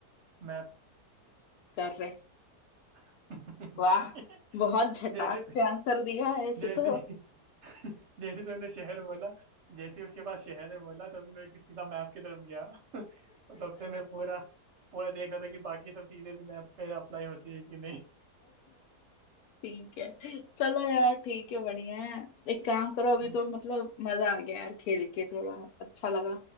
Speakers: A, on the right; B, on the left.
A: मैप
B: कर रहे
A: <laughs>
B: वाह बहुत झटाक
A: जैसे
B: से आंसर दिया है ऐसे
A: जैसे
B: तो
A: जैसे तुमने शहर बोला जैसे ही उसके पास शहर है बोला तभी मैं सीधा मैप की तरफ गया <laughs> और तब से मैं पूरा पूरा देख रहा था कि बाकी सब चीजें भी मैप पे अप्लाई होती है कि नहीं <laughs>
B: ठीक है चलो यार ठीक है बढ़िया है एक काम करो अभी
A: हम्म,
B: तो मतलब मजा आ गया यार खेल के थोड़ा अच्छा लगा